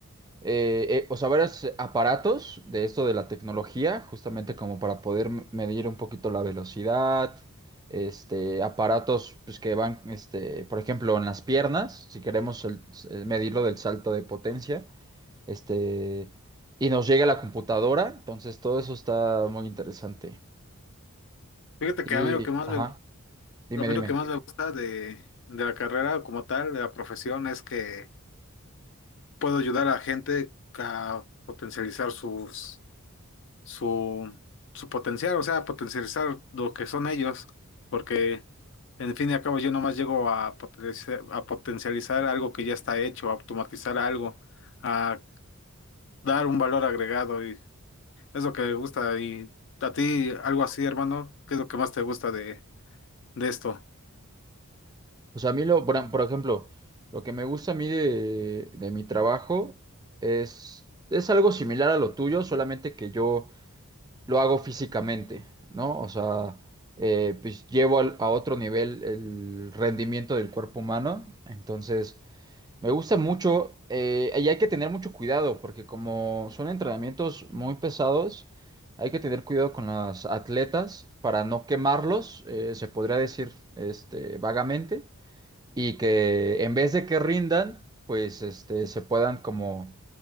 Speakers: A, on the right; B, on the left.
A: eh, eh, o sea, varios aparatos de esto de la tecnología, justamente como para poder m- medir un poquito la velocidad, este, aparatos pues, que van, este, por ejemplo, en las piernas, si queremos el- eh, medirlo del salto de potencia, este, y nos llega la computadora, entonces todo eso está muy interesante.
B: Fíjate
A: Y,
B: que a mí lo que más
A: ajá,
B: me, a
A: dime,
B: mí
A: dime.
B: lo que más me gusta de, de la carrera como tal, de la profesión, es que puedo ayudar a gente a potencializar sus, su, su potencial, o sea, potencializar lo que son ellos, porque en fin y al cabo yo nomás llego a potenciar, a potencializar algo que ya está hecho, a automatizar algo, a dar un valor agregado y es lo que me gusta. Y a ti, algo así, hermano, ¿qué es lo que más te gusta de, de esto?
A: O sea, a mí, lo, por, por ejemplo, lo que me gusta a mí de, de mi trabajo es, es algo similar a lo tuyo, solamente que yo lo hago físicamente, ¿no? O sea, eh, pues llevo al- a otro nivel el rendimiento del cuerpo humano. Entonces, Me gusta mucho eh, y hay que tener mucho cuidado porque como son entrenamientos muy pesados, hay que tener cuidado con los atletas para no quemarlos, eh, se podría decir este, vagamente, y que en vez de que rindan, pues este, se puedan como,